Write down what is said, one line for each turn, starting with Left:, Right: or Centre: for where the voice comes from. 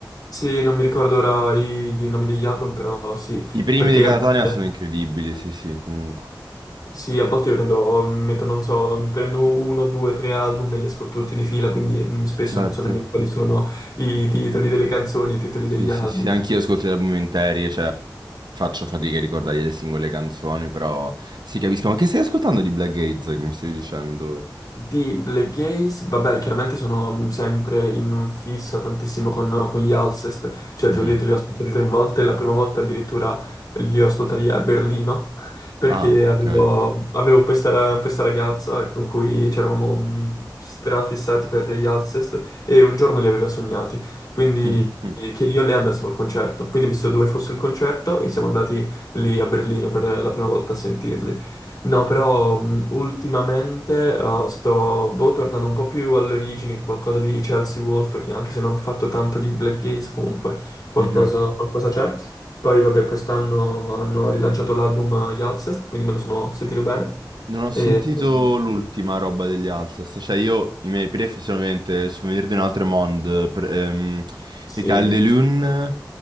Left: Sì, non mi ricordo ora i, i nomi degli album, però sì,
Right: I primi
Left: perché
Right: di Catatonia
Left: a volte...
Right: sono incredibili, sì, sì, comunque.
Left: Sì, a volte io prendo, metto, non so, prendo uno, due, tre album e li ascolto tutti di fila, quindi mm, spesso
Right: Certo,
Left: non so nemmeno quali sono i titoli delle canzoni, i titoli
Right: Sì,
Left: degli
Right: sì,
Left: album.
Right: sì, anch'io ascolto gli album interi, cioè, faccio fatica a ricordare le singole canzoni, però sì, capisco. Ma che stai ascoltando di Black Gates, che mi stai dicendo?
Left: Di Black Gaze, vabbè, chiaramente sono sempre in fissa tantissimo con, con gli Alcest, cioè
Right: Mhm.
Left: ti ho detto li ho ascoltati tre volte, la prima volta addirittura li ho ascoltati a Berlino, <laughs> perché
Right: Ah,
Left: avevo,
Right: ok.
Left: avevo questa, ra- questa ragazza con cui c'eravamo mh, strafissati per gli Alcest e un giorno li aveva sognati, quindi
Right: Mm, mm,
Left: eh, che io e lei andassimo al concerto, quindi ho visto dove fosse il concerto e siamo andati lì a Berlino per la prima volta a sentirli. No, però mh, ultimamente eh, sto boh, tornando un po' più alle origini, qualcosa di Chelsea Wolf, che anche se non ho fatto tanto di Black Gaze, comunque qualcosa,
Right: mhm.
Left: qualcosa c'è. Poi vabbè, quest'anno hanno rilanciato l'album eh, Yalcest, quindi me lo sono sentito bene.
Right: Non ho
Left: E,
Right: sentito
Left: mh,
Right: l'ultima roba degli Alcest, cioè io i miei pref sono ovviamente Souvenir di un altro monde, per- ehm,
Left: sì,
Right: i Cal de Lune,